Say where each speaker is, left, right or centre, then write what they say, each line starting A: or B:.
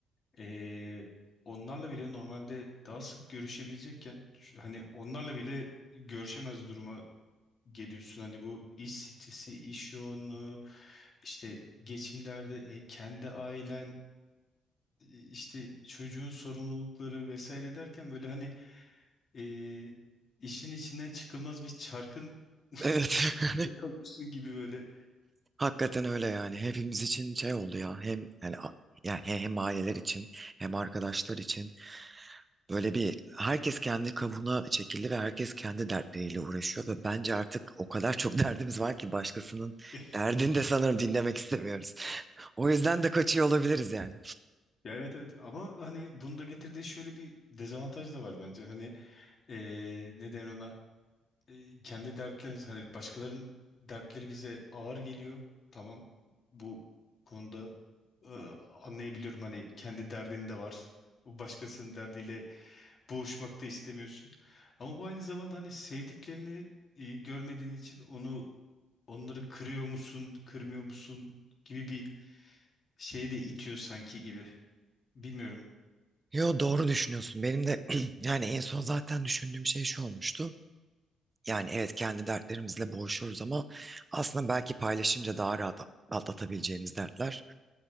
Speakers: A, on the left; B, on the right.
A: e, onlarla bile normalde daha sık görüşebilecekken şu- hani onlarla bile görüşemez duruma geliyorsun. Hani bu iş stresi, iş yoğunluğu, işte geçim derdi, e, kendi ailen, e, işte çocuğun sorumlulukları vesaire derken böyle hani e, işin içinden çıkılmaz bir çarkın <laughs>
B: Evet
A: içerisinde
B: <laughs>
A: kalıyorsun gibi böyle.
B: Hakikaten öyle yani. Hepimiz için şey oldu ya. Hem yani a- yani he- hem aileler için hem arkadaşlar için böyle bir herkes kendi kabuğuna çekildi ve herkes kendi dertleriyle uğraşıyor ve bence artık o kadar çok <laughs> derdimiz var ki başkasının
A: <laughs>
B: derdini de sanırım dinlemek istemiyoruz. O yüzden de kaçıyor olabiliriz yani.
A: Ya evet evet ama hani bunu da getirdiği şöyle bir dezavantaj da var bence. Hani eee neden ona Eee, kendi dertlerimiz hani başkalarının dertleri bize ağır geliyor. Tamam bu konuda eee, anlayabiliyorum hani kendi derdin de var. Bu başkasının derdiyle boğuşmak da istemiyorsun. Ama bu aynı zamanda hani sevdiklerini eee, görmediğin için onu onları kırıyor musun, kırmıyor musun gibi bir şeye de itiyor sanki gibi. Bilmiyorum.
B: Yo doğru düşünüyorsun. Benim de <clears throat> yani en son zaten düşündüğüm şey şu olmuştu. Yani evet kendi dertlerimizle boğuşuyoruz ama aslında belki paylaşınca daha rahat atlatabileceğimiz dertler.